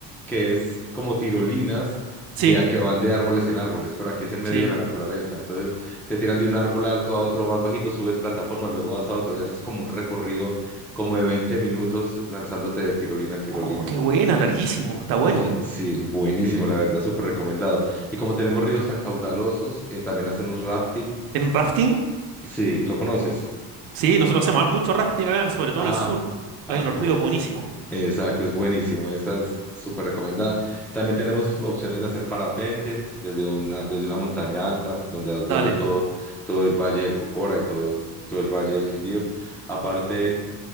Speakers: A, in the centre; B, on the right.
A: Que es como tirolinas de
B: Sí,
A: a que van de árboles en árboles, pero aquí es en medio
B: sí.
A: de la naturaleza. Entonces te tiran de un árbol alto a otro más bajito, subes plataformas, luego vas a otro y haces como un recorrido como de 20 minutos lanzándote de tirolina en tirolina.
B: Oh, qué buena, larguísimo, está bueno.
A: Y la- sí, buenísimo, la verdad, súper recomendado. Y como tenemos ríos tan caudalosos, eh, también hacemos rafting.
B: ¿En rafting?
A: Sí, lo conoces.
B: Sí, nosotros hacemos ah, mucho rafting acá, sobre todo
A: Ah,
B: en el sur.
A: ah,
B: Hay unos
A: cool.
B: ríos buenísimos.
A: Exacto, es buenísimo. Esa es súper recomendada. También tenemos opciones de hacer parapente desde una, desde una montaña alta, donde vas
B: Dale.
A: viendo todo, todo el Valle del Cocora y todo, todo el Valle del Quindío. Aparte,